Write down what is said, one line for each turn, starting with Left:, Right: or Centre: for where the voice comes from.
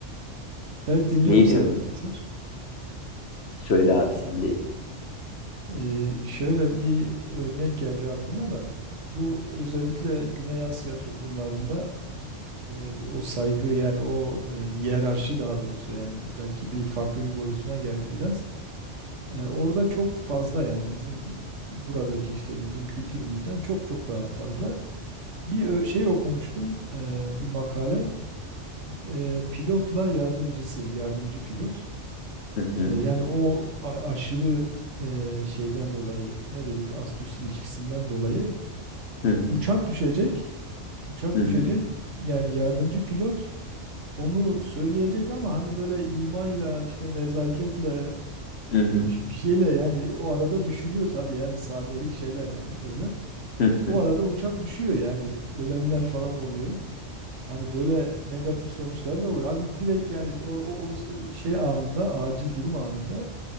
Right: evet dinliyorum
Left: neyi
Right: sen
Left: diyorsun?
Right: bitir.
Left: Söyle abi sen değil.
Right: Eee, şöyle bir örnek geldi aklıma da. Bu özellikle Güney Asya toplumlarında böyle bu- o saygı yani o e, hiyerarşi daha doğrusu yani belki bir farklı bir boyutuna geldi biraz. Eee, orada çok fazla yani bizim buradaki işte bizim kültürümüzden çok çok daha fazla. Bir ö- şey okumuştum eee, bir makale. Eee, pilotla yardımcısı, yardımcı pilot.
Left: Hı hı
Right: E, yani o a- aşırı e, şeyden dolayı ne dedik astüs ilişkisinden dolayı
Left: hı hı
Right: uçak düşecek. Uçak
Left: hı
Right: düşecek.
Left: hı
Right: Yani yardımcı pilot onu söyleyecek ama hani böyle imayla işte nezaketle
Left: hı hı
Right: e, iş- bir şeyle yani o arada düşünüyor tabii yani saniyelik şeyler hani böyle.
Left: hı
Right: O
Left: hı.
Right: arada uçak düşüyor yani ölenler falan oluyor. Hani böyle negatif sonuçlar da oluyor. Halbuki direkt yani o, o, o şey anında acil durum anında